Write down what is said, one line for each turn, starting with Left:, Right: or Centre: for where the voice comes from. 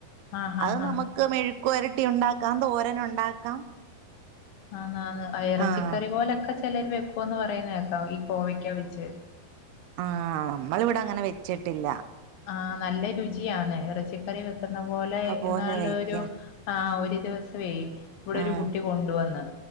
Left: ആഹ് ആഹ്
Right: അത്
Left: ആഹ്
Right: നമക്ക് മെഴുക്കു വെരട്ടി ഉണ്ടാക്കാം തോരനുണ്ടാക്കാം
Left: ആന്ന് ആന്ന് ആ ഇറച്ചിക്കറി
Right: ആഹ്
Left: പോലൊക്കെ ചെലര് വെക്കൂന്ന് പറയുന്നെ കേക്കാം. ഈ കോവയ്ക്കാ വെച്ച്.
Right: ആഹ് നമ്മളിവ്ടെ അങ്ങനെ വെച്ചിട്ടില്ല.
Left: ആഹ് നല്ല രുചിയാന്നെ. ഇറച്ചിക്കറി വെക്കുന്ന പോലെ
Right: പോലെ
Left: എന്നാലൊരു
Right: വെക്ക
Left: ആഹ് ഒരു ദിവസ്സവേ വടെ
Right: ആഹ്
Left: ഒരു കുട്ടി കൊണ്ടുവന്ന്